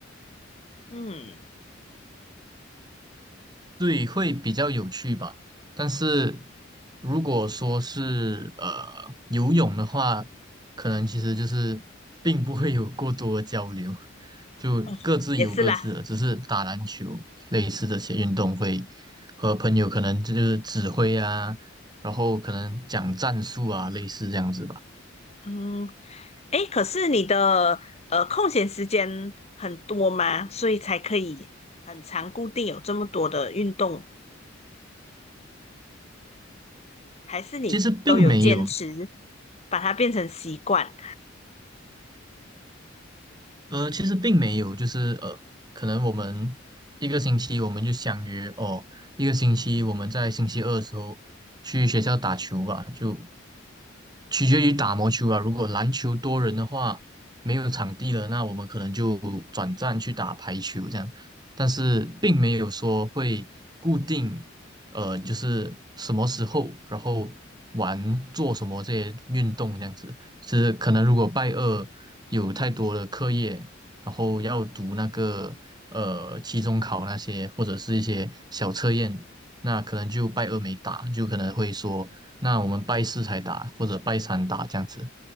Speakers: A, on the left; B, on the right.
A: 嗯，
B: 对，会比较有趣吧。但是如果说是呃游泳的话，可能其实就是并不会有过多的交流，就各自游各自的，
A: 哦，也是啦，
B: 只是打篮球类似这些运动会和朋友可能这就是指挥啊，然后可能讲战术啊，类似这样子吧。
A: 嗯，诶，可是你的呃空闲时间很多吗？所以才可以很长固定有这么多的运动，还是你都有坚持
B: 其实并没有
A: 把它变成习惯？
B: 呃，其实并没有，就是呃，可能我们一个星期我们就相约哦，一个星期我们在星期二的时候去学校打球吧，就取决于打毛球啊。如果篮球多人的话，没有场地了，那我们可能就转战去打排球这样。但是并没有说会固定，呃，就是什么时候，然后玩做什么这些运动这样子。是可能如果拜二有太多的课业，然后要读那个呃期中考那些，或者是一些小测验，那可能就拜二没打，就可能会说，那我们拜四才打，或者拜三打这样子。